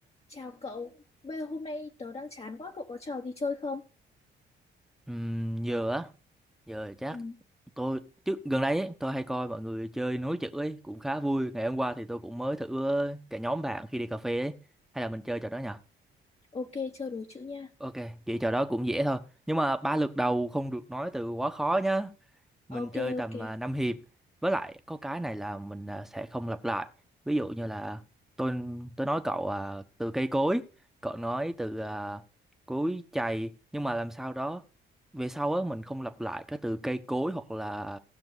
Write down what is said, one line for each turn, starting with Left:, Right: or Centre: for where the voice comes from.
Left: Chào cậu, bây giờ hôm nay tớ đang chán quá, cậu có trò gì chơi không?
Centre: Ừm, giờ á giờ chắc
Left: Ừ,
Centre: tôi trước gần đây ấy, tôi hay coi mọi người chơi nối chữ ấy cũng khá vui ngày hôm qua thì tôi cũng mới thử ờ, cả nhóm bạn khi đi cà phê ấy hay là mình chơi trò đó nhở
Left: ok, chơi đố chữ nha.
Centre: ok kiểu trò đó cũng dễ thôi nhưng mà ba lượt đầu không được nói từ quá khó nhá mình
Left: Ok,
Centre: chơi tầm
Left: ok,
Centre: à, năm hiệp với lại có cái này là mình à, sẽ không lặp lại ví dụ như là tôi tôi nói cậu à, từ cây cối cậu nói từ à, cối chày nhưng mà làm sao đó về sau á mình không lặp lại cái từ cây cối hoặc là